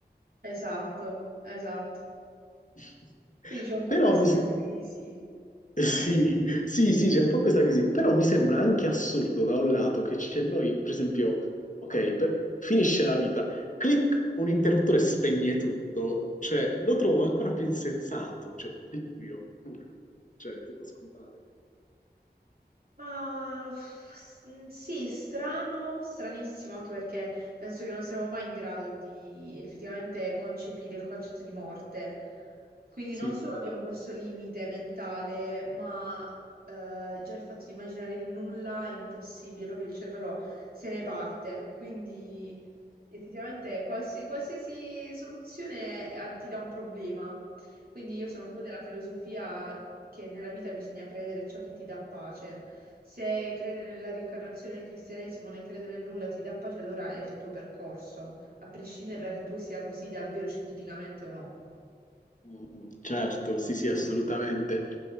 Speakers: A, on the right (about 60°); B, on the left (about 45°).
A: Esatto, esatto.
B: <laughs>
A: Quindi c'è un po'
B: Però
A: questa
B: mi... s-
A: crisi.
B: Sì, sì, sì, c'è un po' questa crisi, però mi sembra anche assurdo da un lato che c'è noi, per esempio, ok, per- finisce la vita, clic, un interruttore spegne tutto, cioè lo trovo ancora più insensato, cioè il buio, nulla, cioè tutto scompare.
A: Ma pff, s- sì, strano, stranissimo, anche perché penso che non saremo mai in grado di effettivamente concepire il concetto di morte. Quindi
B: Sì.
A: non solo abbiamo questo limite mentale, ma eh, già il fatto di immaginare il nulla è impossibile, proprio il cervello se ne parte. Quindi effettivamente qualsi- qualsiasi soluzione eh, ti dà un problema. Quindi io sono un po' della filosofia che nella vita bisogna credere ciò che ti dà pace. Se credere nella reincarnazione nel cristianesimo, nel credere nel nulla ti dà pace, allora è il tuo percorso, a prescindere
B: <laughs>
A: da che poi sia così davvero scientificamente o no.
B: Mm, Certo, sì, sì, assolutamente.